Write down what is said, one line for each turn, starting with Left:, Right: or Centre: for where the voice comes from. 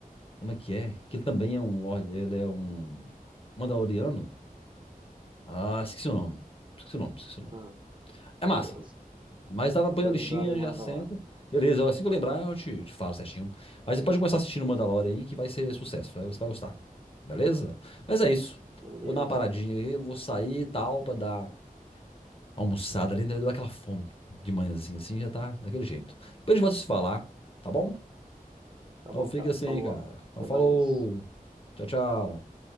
Left: como é que é. Que ele também é um Lorde, ele é um Mandaloriano. Ah, esqueci o nome. Esqueci o nome, esqueci o nome.
Right: Ah,
Left: É
Right: beleza.
Left: massa. Mas tá na põe
Right: Se
Left: na
Right: lembrar,
Left: listinha,
Right: me manda
Left: já senta.
Right: lá.
Left: Beleza, assim que eu lembrar, eu te, te falo certinho. Mas você pode começar assistindo o Mandalorian aí, que vai ser sucesso. vai- Você vai gostar. Beleza? Mas é isso.
Right: Beleza.
Left: Vou dar uma paradinha aí, vou sair e tal, pra dar uma almoçada ali. né? Deu aquela fome de manhãzinha assim, já tá daquele jeito. Depois a gente volta a se falar, tá bom?
Right: Tá
Left: Então
Right: bom,
Left: fica
Right: cara.
Left: assim,
Right: Falou.
Left: cara. Então
Right: Até
Left: falou.
Right: mais.
Left: Tchau, tchau.